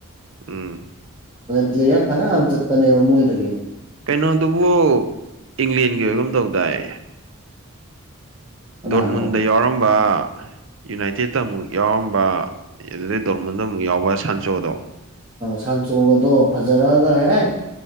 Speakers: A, on the right; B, on the right.
A: ꯎꯝ
B: ꯄ꯭ꯂꯦꯌꯥꯔ ꯐꯅꯌꯥꯝ ꯆꯠꯄꯅꯦꯕ ꯃꯣꯏꯗꯒꯤ
A: ꯀꯩꯅꯣꯗꯨꯕꯨ ꯏꯪꯂꯦꯟꯒꯤ ꯑꯣꯏꯒꯨꯝ ꯇꯧꯗꯥꯏ
B: ꯀꯅꯥꯅꯣ
A: ꯗꯣꯔꯃꯨꯟꯗ ꯌꯥꯎꯔꯝꯕ ꯌꯨꯅꯥꯏꯇꯦꯠꯇꯃꯨꯛ ꯌꯥꯎꯔꯝꯕ ꯑꯦ ꯑꯗꯨꯗꯩ ꯗꯣꯔꯃꯨꯟꯗ ꯑꯃꯨꯛ ꯌꯥꯎꯕ ꯁꯥꯟꯆꯣꯗꯣ
B: ꯁꯥꯟꯆꯣꯒꯗꯣ ꯐꯖꯔꯛꯑꯒ ꯍꯦꯛ